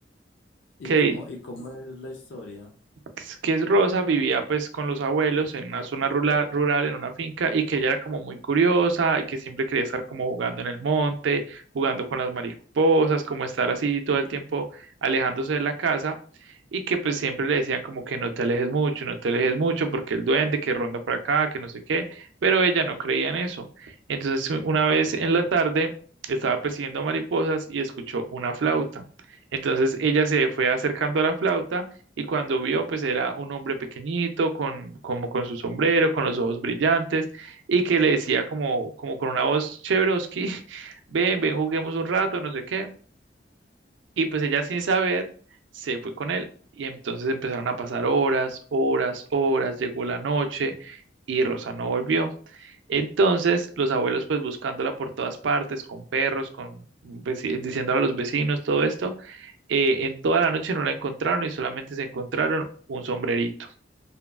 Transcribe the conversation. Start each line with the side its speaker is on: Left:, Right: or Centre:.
Left: ¿Y
Right: que
Left: cómo, y cómo es la historia?
Right: pues, que es Rosa, vivía pues con los abuelos en una zona rural, rural, en una finca, y que ella era como muy curiosa y que siempre quería estar como jugando en el monte, jugando con las mariposas, como estar así todo el tiempo alejándose de la casa, y que pues siempre le decían como que no te alejes mucho, no te alejes mucho, porque el duende que ronda por acá, que no sé qué, pero ella no creía en eso. Entonces una vez en la tarde estaba persiguiendo mariposas y escuchó una flauta. Entonces ella se fue acercando a la flauta y cuando vio, pues era un hombre pequeñito, con, como con su sombrero, con los ojos brillantes, y que le decía como, como con una voz Chevrosky, <laughs> ven, ven, juguemos un rato, no sé qué. Y pues ella sin saber, se fue con él. Y entonces empezaron a pasar horas, horas, horas, llegó la noche y Rosa no volvió. Entonces, los abuelos pues buscándola por todas partes, con perros, con veci- diciéndole a los vecinos todo esto, eh, en toda la noche no la encontraron y solamente se encontraron un sombrerito.